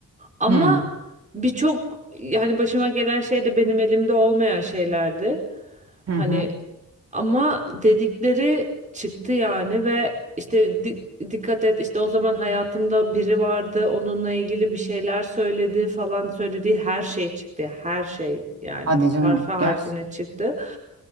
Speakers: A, on the right; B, on the right.
A: Ama
B: Hmm.
A: birçok yani başıma gelen şey de benim elimde olmayan şeylerdi.
B: Hı hı.
A: Hani ama dedikleri çıktı yani ve işte di- dikkat et işte o zaman hayatımda biri vardı onunla ilgili bir şeyler söyledi falan söylediği her şey çıktı. Her şey yani
B: Hadi canım.
A: harfe harfine
B: Gel.
A: çıktı